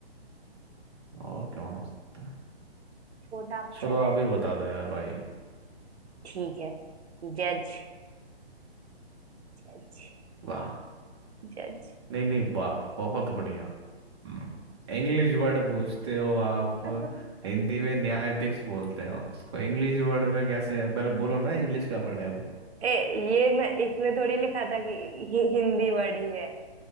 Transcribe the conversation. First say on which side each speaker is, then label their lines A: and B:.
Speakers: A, on the right (about 25°); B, on the right (about 75°).
A: और कौन हो सकता है
B: छोटा अक्षर
A: चलो आप
B: है
A: ही बता दो यार भाई
B: ठीक है जज जज
A: वाह
B: जज
A: नहीं नहीं वाह बहुत बढ़िया हम्म, इंग्लिश वर्ड पूछते हो आप
B: <laughs>
A: हिंदी में न्यायाधीश बोलते हैं उसको इंग्लिश वर्ड में कैसे है पहले बोलो ना इंग्लिश का वर्ड है वो
B: ए ये मैं इसमें थोड़ी लिखा था कि हि, हिंदी वर्ड ही है